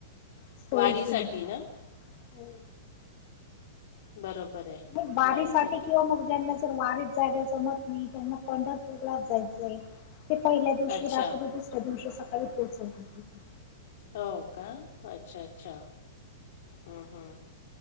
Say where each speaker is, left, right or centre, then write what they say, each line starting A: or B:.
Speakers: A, on the left; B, on the left.
A: सोयी
B: वारीसाठी
A: सुविधा.
B: ना
A: हो.
B: बरोबर आहे
A: म बारीसाठीठी
B: वारीसाठी
A: किंवा मग ज्यांना वारीत जायला जमत नाही म पंढरपूरलाच जायचंय ते पहिल्या दिवशी
B: अच्छा
A: रात्री दुसऱ्या दिवशी सकाळी पोहोचवतातथ
B: हो का अच्छा अच्छा हम हा